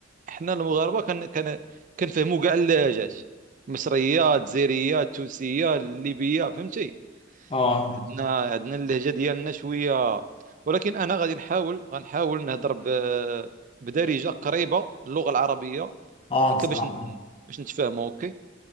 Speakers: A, on the right (about 45°); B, on the left (about 30°).
A: احنا المغاربه كن كن كنفهموا كاع اللهجات مصريه جزائريه تونسيه ليبيه فهمتي
B: اه
A: عندنا عندنا اللهجه ديالنا شويه ولكن انا غادي نحاول غنحاول نهضر ب... بدارجه قريبه للغه العربيه
B: اه
A: هكا
B: صراحه
A: باش ن... باش نتفاهموا اوكي